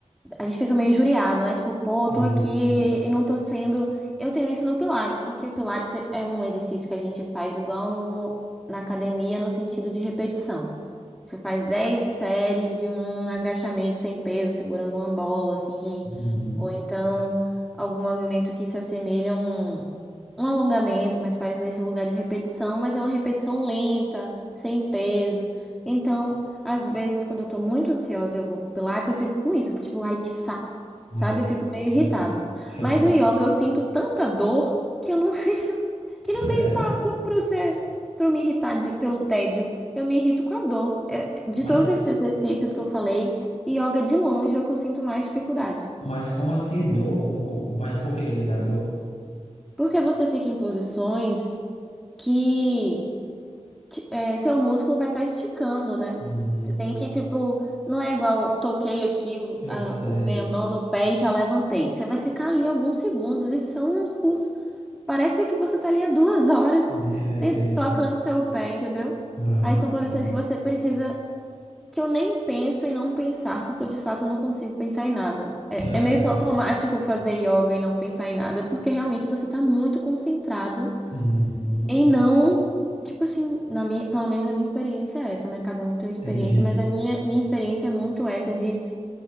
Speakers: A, in the centre; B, on the left.
A: A gente fica meio injuriado, né? Tipo, pô, eu
B: Isso.
A: tô aqui e não tô sendo. Eu tenho isso no Pilates, porque o Pilates é um exercício que a gente faz igual no... na academia, no sentido de repetição. Você faz 10 séries de um agachamento sem peso, segurando uma bola, assim.
B: Uhum.
A: Ou então algum movimento que se assemelha a um, um alongamento, mas faz nesse lugar de repetição, mas é uma repetição lenta, sem peso. Então, às vezes, quando eu tô muito ansiosa e eu vou pro Pilates, eu fico com isso, tipo, ai, que saco, sabe?
B: É,
A: Eu fico meio irritada.
B: é. <laughs>
A: Mas o yoga, eu sinto tanta dor que eu não <laughs> sinto, que
B: Sério?
A: não tem espaço para você, para me irritar de- pelo tédio. Eu me irrito com a dor. É, De
B: Mas,
A: todos esses exercícios que eu falei, yoga de longe é o que eu sinto mais dificuldade.
B: mas como assim dor? Com, com- mas por que que ele dá dor?
A: Porque você fica em posições que ti- é, seu músculo vai estar esticando, né?
B: Hum,
A: Você tem que, tipo, não é igual toquei aqui o,
B: eu
A: a,
B: sei.
A: o minha mão no pé e já levantei. Você vai ficar ali alguns segundos e são os, os- parece que você tá ali há duas horas
B: Minha,
A: <laughs> tem-
B: entendi.
A: tocando seu pé, entendeu?
B: Ah,
A: Aí são posições
B: tá.
A: que você precisa. que eu nem penso em não pensar, porque eu de fato não consigo pensar em nada. É,
B: <laughs>
A: é meio que automático fazer yoga e não pensar em nada, porque realmente você tá muito concentrado
B: Uhum,
A: em não. Tipo assim, na minha, pelo menos a minha experiência é essa, né? Cada um tem uma experiência,
B: entendi.
A: mas a minha, minha experiência é muito essa de